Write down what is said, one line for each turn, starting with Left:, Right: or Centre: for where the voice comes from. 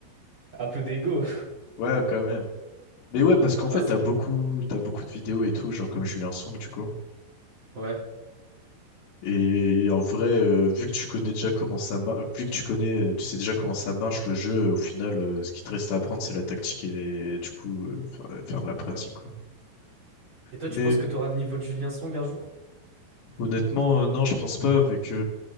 Right: Un peu d'ego. <laughs>
Left: Ouais, quand même. Mais ouais, parce qu'en fait,
Right: Non, c'est
Left: t'as
Right: normal.
Left: beaucoup, t'as beaucoup de vidéos et tout, genre comme Julien Song, du coup.
Right: Ouais,
Left: Et en vrai, euh, vu que tu connais déjà comment ça marche, vu que tu connais, euh, tu sais déjà comment ça marche le jeu, au final, euh, ce qui te reste à apprendre, c'est la tactique et les- du coup, euh, faire, euh, faire de la pratique,
Right: ouais.
Left: quoi.
Right: Et toi,
Left: Mais
Right: tu penses que tu auras le niveau de Julien Song un jour?
Left: honnêtement, euh, non, je pense pas, vu que